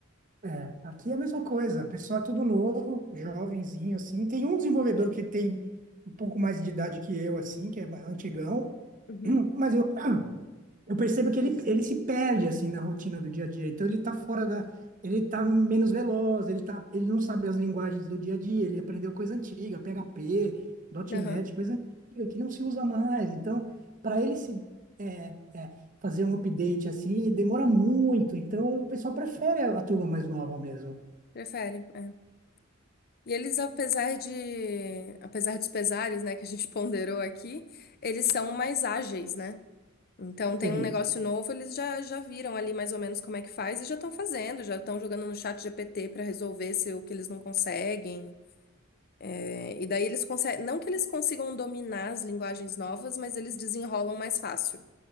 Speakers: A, on the right; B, on the left.
A: É, aqui é a mesma coisa. O pessoal é tudo novo, jovenzinho, assim. Tem um desenvolvedor que tem um pouco mais de idade que eu, assim, que é antigão.
B: Uhum.
A: <clears throat> Mas eu eu percebo que ele, ele se perde assim na rotina do dia a dia. Então ele tá fora da, ele tá menos veloz, ele tá, ele não sabe as linguagens do dia a dia, ele aprendeu coisa antiga, p H P,
B: Aham,
A: .NET, coisa antiga que não se usa mais. Então, para ele se é, é, fazer um update assim, demora muito. Então o pessoal prefere a turma mais nova mesmo.
B: prefere. é. E eles, apesar de, apesar dos pesares, né, que a gente <laughs> ponderou aqui, eles são mais ágeis, né? Então tem
A: Sim,
B: um negócio novo, eles já, já viram ali mais ou menos como é que faz e já estão fazendo, já estão jogando no chat GPT para resolver se o que eles não conseguem. É, e daí eles conseguem, não que eles consigam dominar as linguagens novas, mas eles desenrolam mais fácil.